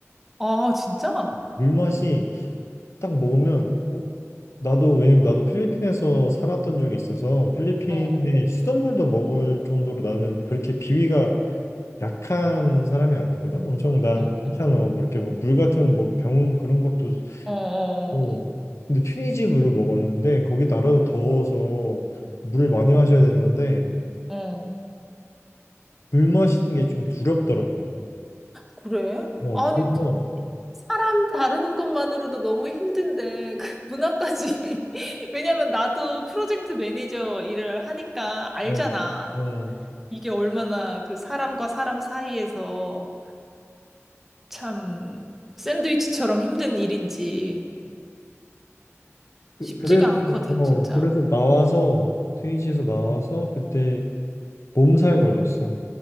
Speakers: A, in the centre; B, on the left (about 65°).
A: 아, 진짜? 어,
B: 물맛이 딱 먹으면, 어? 나도, 왜냐면 나도 필리핀에서 살았던 적이 있어서 필리핀의
A: 어.
B: 수돗물도 먹을 정도로 나는 그렇게 비위가 약한 사람이 아니거든? 엄청 난
A: 어,
B: 괜찮아. 뭐 이렇게 뭐 물 같은 뭐 병 그런 것도
A: 어, 어,
B: 고
A: 어.
B: 근데 튀니지 물을 먹었는데 거기 나라도 더워서 물을 많이 마셔야 되는데
A: 어. 어.
B: 물 마시는 게 좀 두렵더라고.
A: 그래?
B: 어,
A: 아니,
B: 그래서
A: 그 사람 다루는 것만으로도 너무 힘든데, 그 문화까지. <laughs> 왜냐면 나도 프로젝트 매니저 일을 하니까 알잖아.
B: 어, 어.
A: 이게 얼마나 그 사람과 사람 사이에서 참 샌드위치처럼 힘든 일인지
B: 그,
A: 쉽지가
B: 그래서,
A: 않거든,
B: 어,
A: 진짜.
B: 그래서 나와서, 트위지에서 나와서, 그때 몸살 걸렸어.